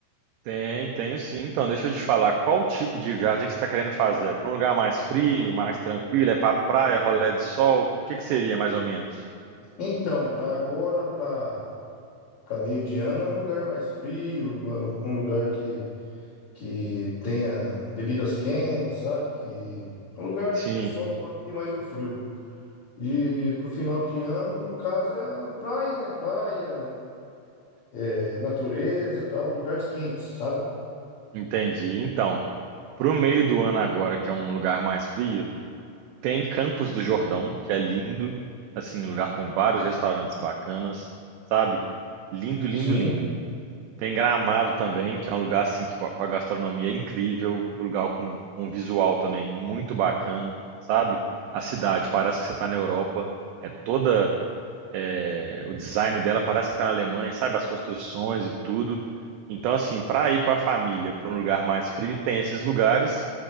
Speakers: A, on the right; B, on the left.
A: Tem, tenho sim. Então, deixa eu te falar, qual tipo de viagem que você está querendo fazer? Para um lugar mais frio, mais tranquilo? É para praia, rolê de sol? O que que seria mais ou menos?
B: Então, pra agora, pra. Para meio de ano é um lugar mais frio, um um lugar que, que tenha bebidas quentes, sabe? Que é um lugar
A: Sim,
B: que o pessoal gosta de ir mais no frio. E pro final de ano, no caso, é a praia, né? Praia, é, é natureza, tal, lugares quentes, sabe?
A: entendi. Então, para o meio do ano agora, que é um lugar mais frio, tem Campos do Jordão, que é lindo, assim, um lugar com vários restaurantes bacanas, sabe? Lindo,
B: Sim.
A: lindo, lindo. Tem Gramado também, que é um lugar assim que com a com a gastronomia é incrível, um lugar com um visual também muito bacana, sabe? A cidade parece que você está na Europa, é toda é, o design dela parece que está na Alemanha, sabe? As construções e tudo. Então assim, para ir com a família para um lugar mais frio tem esses lugares